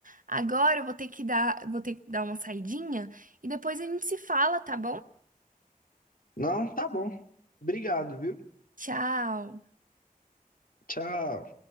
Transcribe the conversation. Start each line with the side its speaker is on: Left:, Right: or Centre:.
Right: Agora eu vou ter que dar, vou ter que dar uma saidinha e depois a gente se fala, tá bom?
Left: Não, tá bom. Obrigado, viu?
Right: Tchau.
Left: Tchau.